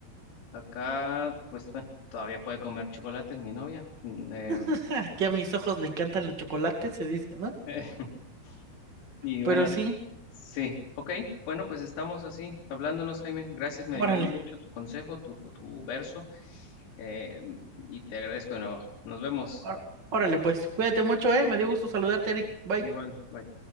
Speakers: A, on the left; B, on the right.
A: acá, pues bueno, todavía puede comer chocolates mi novia. Mm, eh,
B: <laughs> Que a mis ojos le encantan los chocolates, se dice, ¿no?
A: <laughs> y bueno,
B: Pero sí,
A: sí. Ok, bueno, pues estamos así, hablándonos, Jaime. Gracias, me
B: órale,
A: ayudó mucho tu consejo, tu, tu verso. eh, y te agradezco de nuevo. Nos vemos.
B: ór- órale pues. Cuídate mucho, ¿eh? Me dio gusto saludarte, Eric. Bye.
A: Igual, bye.